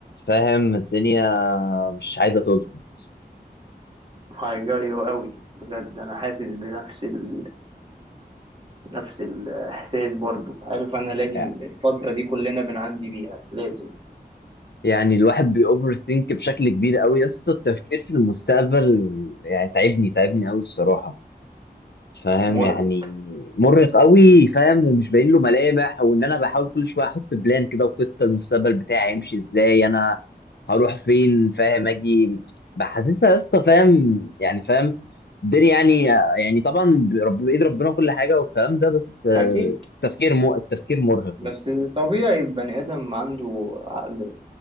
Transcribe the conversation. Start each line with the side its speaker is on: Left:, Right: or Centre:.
Left: فاهم الدنيا مش عايزة تظبط
Right: هيجري قوي بجد انا حاسس بنفس ال... نفس الاحساس برضو عارف أنا لازم
Left: يعني
Right: الفترة دي كلنا بنعدي بيها لازم
Left: يعني الواحد بيأوفر ثينك بشكل كبير قوي يا اسطى التفكير في المستقبل يعني تعبني تعبني قوي الصراحة فاهم
Right: مرهق
Left: يعني مرهق قوي فاهم ومش باين له ملامح وان انا بحاول كل شويه احط بلان كده وخطه المستقبل بتاعي هيمشي ازاي انا هروح فين فاهم اجي بحسسها يا اسطى فاهم يعني فاهم الدنيا يعني يعني طبعا برب- بايد ربنا كل حاجه والكلام ده بس آه،
Right: أكيد
Left: التفكير مو التفكير مرهق
Right: بس
Left: يا اسطى.
Right: طبيعي بني آدم عنده عقل